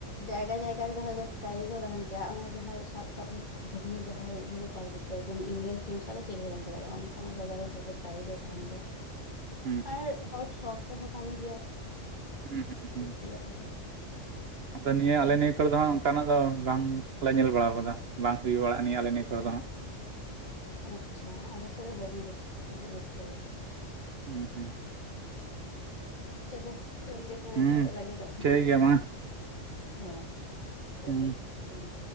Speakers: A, on the left (about 40°); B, on the right (about 55°).
A: ᱡᱟᱭᱜᱟ ᱡᱟᱭᱜᱟ ᱨᱮᱫᱚ ᱦᱚᱭᱛᱚ ᱯᱨᱟᱭᱤᱡ ᱦᱚᱸ ᱛᱟᱦᱮᱱ ᱠᱮᱭᱟ ᱚᱱᱟ ᱡᱟᱦᱟᱸᱭ ᱥᱟᱵ ᱠᱟᱜ ᱢᱮ ᱡᱟᱦᱟᱸᱭ ᱡᱩᱫᱤ ᱤᱧ ᱨᱮᱱ ᱥᱤᱢ ᱥᱟᱶ ᱪᱮᱞᱮ ᱦᱚᱸ ᱵᱟᱝᱠᱚ ᱫᱟᱲᱮᱭᱟᱜᱼᱟ ᱚᱱᱠᱟᱱᱟᱜ ᱡᱟᱭᱜᱟ ᱨᱮ ᱦᱚᱭᱛᱳ ᱯᱨᱟᱭᱤᱡᱽ ᱦᱚᱸ ᱛᱟᱦᱮᱱ ᱜᱮᱭᱟ
B: ᱦᱩᱸ
A: ᱟᱨ ᱦᱚᱲ ᱥᱳᱠᱷ ᱛᱮᱦᱚᱸ ᱠᱟᱹᱢᱤ ᱜᱮᱭᱟ
B: ᱦᱩᱸ ᱦᱩᱸ ᱦᱩᱸ
A: ᱠᱩᱥᱤᱭᱟᱜ ᱟᱫᱚ
B: ᱟᱫᱚ ᱱᱤᱭᱟᱹ ᱟᱞᱮ ᱱᱤᱭᱟᱹ ᱠᱚᱨᱮ ᱫᱚ ᱦᱟᱜ ᱚᱱᱠᱟᱱᱟᱜ ᱫᱚ ᱵᱟᱝᱞᱮ ᱧᱮᱞ ᱵᱟᱲᱟ ᱠᱟᱫᱟ ᱵᱟᱝ ᱦᱩᱭ ᱵᱟᱲᱟᱜᱼᱟ ᱱᱤᱭᱟᱹ ᱟᱞᱮ ᱱᱤᱭᱟᱹ ᱠᱚᱨᱮ ᱫᱚ ᱦᱟᱸᱜ
A: ᱟᱪᱪᱷᱟ ᱟᱞᱮ ᱥᱮᱫ ᱫᱚ ᱫᱚᱢᱮᱜᱮ ᱟᱹᱰᱤ ᱡᱟᱹᱥᱛᱤ
B: ᱦᱮᱸ ᱦᱮᱸ
A: ᱪᱚᱞᱚ ᱪᱚᱞᱞᱤᱥ ᱢᱤᱱᱤᱴ
B: ᱦᱩᱸ
A: ᱦᱩᱭᱩᱜ ᱞᱟᱹᱜᱤᱫᱚᱜ
B: ᱴᱷᱤᱠ ᱜᱮᱭᱟ ᱢᱟ
A: ᱦᱮᱸ ᱪᱚᱞᱞᱤᱥ
B: ᱦᱩᱸ
A: ᱥᱮᱠᱮᱱᱰ